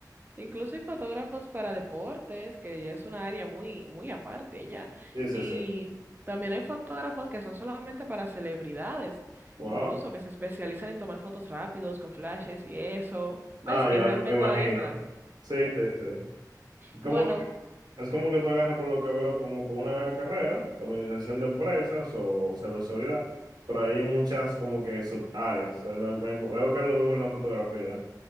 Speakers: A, on the right; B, on the right.
A: Incluso hay fotógrafos para deportes, que ya es una área muy, muy aparte ya.
B: <laughs> Sí, sí,
A: Y
B: sí.
A: también hay fotógrafos que son solamente para celebridades,
B: Wow.
A: incluso que se especializan en tomar fotos rápidos con flashes y eso. ¿Ves
B: Ah,
A: que
B: ya
A: realmente
B: me, me imagino.
A: el área es grande?
B: Sí, sí, sí. Es como,
A: Bueno,
B: que- es como que tú agarres por lo que veo como con una carrera, administración de empresas o ciberseguridad, pero hay muchas como que subáreas. O sea, no- me- Veo que es lo mismo en la fotografía.